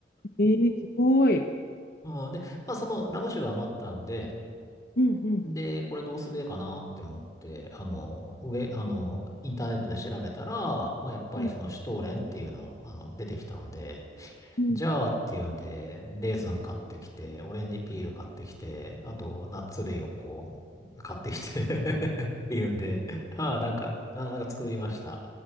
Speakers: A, on the left (about 55°); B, on the left (about 20°).
A: えー、すごい。
B: <laughs> うん、で、まあそのラム酒が余ったんで、
A: うんうん。
B: で、これどうすべえかなって思って、あの、上、あの、インターネットで調べたら、まあ、やっぱりそのシュトーレンっていうの、
A: うん
B: あの、出てきたんで、
A: うん
B: じゃあっていうんで、レーズン買ってきて、オレンジピール買ってきて、あと、ナッツ類をこう、買ってきて <laughs> っていうんで、ああ、なんか、あ、なんか作りました。